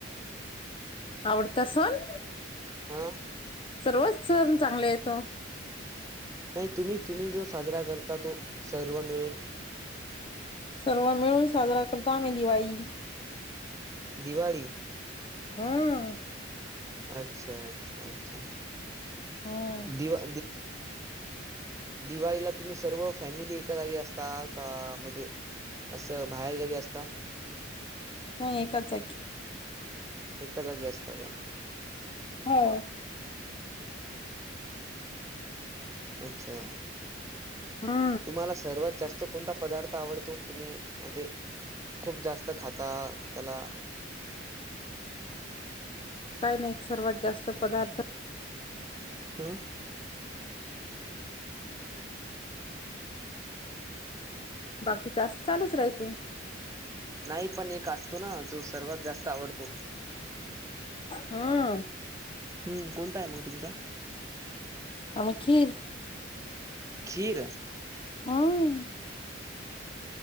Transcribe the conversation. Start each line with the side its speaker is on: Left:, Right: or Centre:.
Left: आवडता सण
Right: हा.
Left: सर्वच सण चांगले हो.
Right: नाही तुम्ही तुम्ही जो साजरा करता. तो सर्व मिळून
Left: सर्व मिळून साजरा करतो आम्ही दिवाळी
Right: दिवाळी.
Left: हम्म
Right: अच्छा अच्छा. अच्छा.
Left: हम्म
Right: दिवा. दिवाळीला तुम्ही सर्व फॅमिली एका जागी असता. का म्हणजे असं बाहेर गेवी असता.
Left: नाही एकच जागी
Right: एका जागी असत का?
Left: हो.
Right: अच्छा.
Left: हा.
Right: तुम्हाला सर्वात जास्त कोणता पदार्थ आवडतो. तुम्ही म्हणजे खूप जास्त खाता. त्याला
Left: काही नाही सर्वात. जास्त पदार्थ
Right: हं.
Left: बाकी तर असं चालूच राहते.
Right: नाही पण एक असतो. ना जो सर्वात जास्त आवडतो.
Left: हम्म.
Right: हम्म कोणता आहे. मग तुमचा?
Left: आखीर.
Right: खीर
Left: हम.